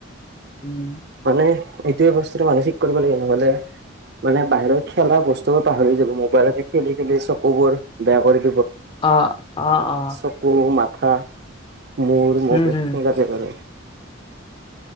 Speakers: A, on the left; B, on the right.
A: উম
B: মানে এইটোৱ অৱস্থাটো মানসিক কৰিব লাগে নহ'লে মানে বাহিৰত খেলা বস্তুবোৰ পাহৰি যাব মোবাইলতে খেলি খেলি চকুবোৰ বেয়া কৰি
A: অ অ অ
B: চকু মা ক মোৰ ম
A: উম
B: ম
A: হম
B: যাকে বাৰ